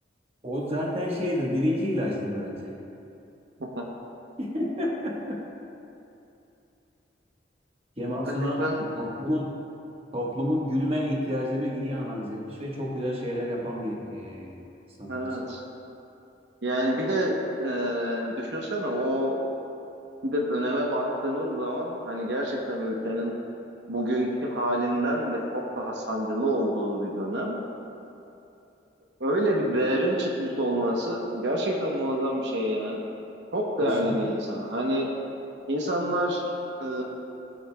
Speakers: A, on the right; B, on the right.
A: O zaten şeydir. Birinci ilaçtır bence.
B: <laughs>
A: <laughs> Kemal Sunal
B: Gerçekten
A: toplumun toplumun gülme ihtiyacını iyi analiz etmiş ve çok güzel şeyler yapan bir e, sanatçı.
B: evet. Yani bir de e, düşünsene o bir de döneme baktığımız zaman hani gerçekten ülkenin bugünkü halinden de çok daha sancılı olduğu bir dönem. Öyle bir değerin çıkmış olması gerçekten muazzam bir şey ya. Çok değerli
A: Kesinlikle.
B: bir insan. Hani insanlar e,